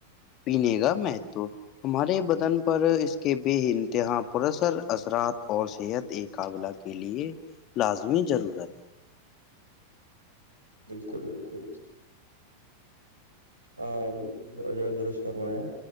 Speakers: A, on the left; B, on the right.
A: پینے کا مہتو ہمارے بدن پر اس کے بے انتہا پرثر اثرات اور صحت ایک قابلہ کے لیے لازمی ضرورت
B: بالکل بالکل ہاں بالکل درست فرمایا